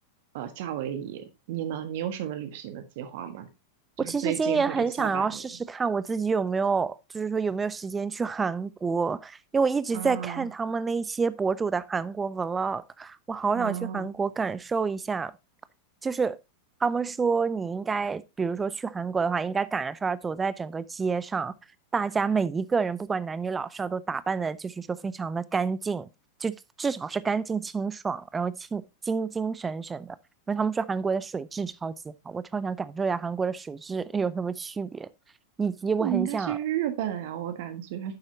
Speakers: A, on the right (about 50°); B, on the right (about 15°).
A: 呃，夏威夷。你呢？你有什么旅行的计划吗？就是最近或者下半年？
B: 我其实今年很想要试试看我自己有没有，就是说有没有时间去韩国，因为我一直在看他们那些博主的韩国
A: 啊
B: vlog，我好想去韩国感受一下。
A: 啊，
B: 就是他们说你应该，比如说去韩国的话，应该赶上走在整个街上，大家每一个人不管男女老少都打扮的，就是说非常的干净，就至少是干净清爽，然后清精精神神的。因为他们说韩国的水质超级好，我超想感受一下韩国的水质有什么区别，以及我很想
A: 那你应该去日本呀，我感觉，